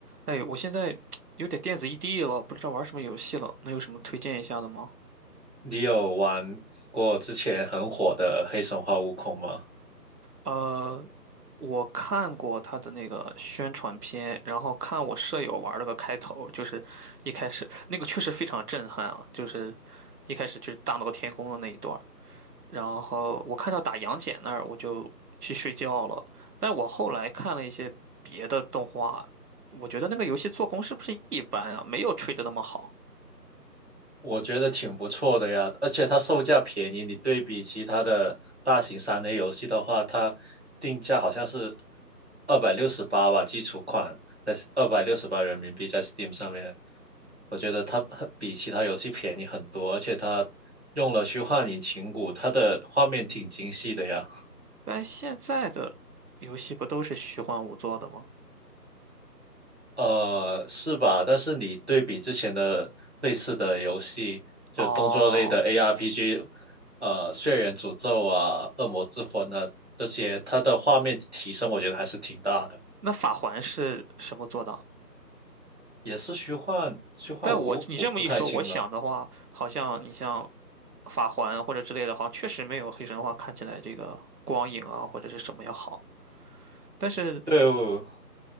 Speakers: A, on the right (about 65°); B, on the right (about 40°).
A: 哎，我现在 <tsk> 有点电子异地了，不知道玩什么游戏了，能有什么推荐一下的吗？
B: 你有玩过之前很火的《黑神话：悟空》吗？
A: 呃，我看过他的那个宣传片，然后看我舍友玩了个开头，就是一开始那个确实非常震撼啊，就是一开始就是大闹天宫的那一段儿然后我看到打杨戬那儿，我就去睡觉了。但我后来看了一些别的动画，我觉得那个游戏做工是不是一般啊？没有吹的那么好。
B: 我觉得挺不错的呀，而且它售价便宜，你对比其他的大型三 a 游戏的话，它定价好像是二百六十八吧，基础款，在二百六十八人民币在 Steam 上面，我觉得它很比其他游戏便宜很多，而且它用了虚幻引擎骨它的画面挺精细的呀。
A: 但现在的游戏不都是虚幻五做的吗？
B: 呃，是吧？但是你对比之前的类似的游戏，就动作类的
A: 哦，
B: ARPG，呃，《血缘诅咒》啊，《恶魔之魂》啊这些，它的画面提升我觉得还是挺大的。
A: 那法环是什么做的？
B: 也是虚幻，虚幻五，
A: 但我你这么一说，
B: 我不太清了。
A: 我想的话，好像你像法环或者之类的，好像确实没有黑神话看起来这个光影啊或者是什么要好。但是，
B: 对，我